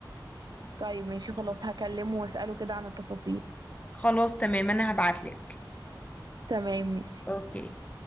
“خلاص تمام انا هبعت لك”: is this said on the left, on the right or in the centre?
Left